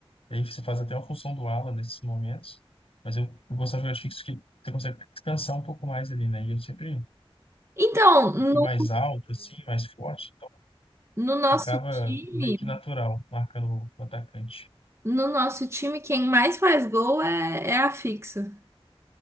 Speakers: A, on the left; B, on the right.
A: E aí você faz até uma função do ala nesses momentos, mas eu, eu gostava de jogar de fixo que você consegue descansar um pouco mais ali, né? E eu sempre
B: Então,
A: fui
B: no,
A: mais alto, assim, mais forte, então
B: no nosso
A: ficava
B: time,
A: meio que natural, marcando o atacante.
B: no nosso time, quem mais faz gol é, é a fixa.